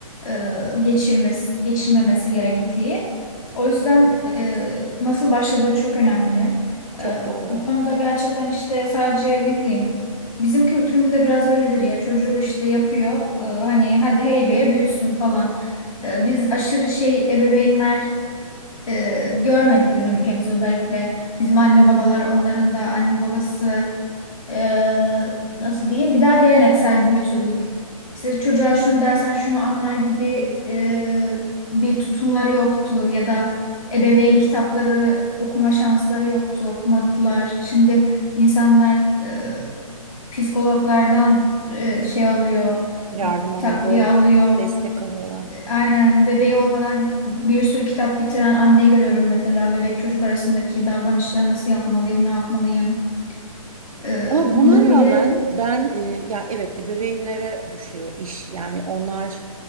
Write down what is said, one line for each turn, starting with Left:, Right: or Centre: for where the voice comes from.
Left: e, geçirmesi, geçirmemesi gerektiği. O yüzden e, nasıl başladığı çok önemli.
Right: Çok
Left: E,
Right: doğru.
Left: bu konuda gerçekten işte sadece ne bileyim bizim kültürümüzde biraz öyledir ya çocuğu işte yapıyor e, hani hadi heybeye büyüsün falan. E, biz aşırı şey ebeveynler e, görmedik bizim ülkemizde özellikle bizim anne babalar onların da anne babası eee, nasıl diyeyim bir daha geleneksel büyütüldük. İşte çocuğa şunu dersen şunu anlar gibi eee, bir tutumları yoktu ya da ebeveyn kitapları okuma şansları yoktu okumadılar. Şimdi insanlar eee, psikologlardan eee, şey alıyor
Right: Yardım alıyor,
Left: takviye
Right: doğru.
Left: alıyor.
Right: Destek alıyorlar.
Left: E, Aynen bebeği olmadan bir sürü kitap bitiren anne görüyorum mesela. Bebek çocuk arasındaki davranışları nasıl yapmalıyım, ne yapmalıyım. Ee,
Right: Ama
Left: bunun
Right: buna rağmen
Left: bile
Right: ben e, ya evet ebeveynlere düşüyor iş. Yani onlar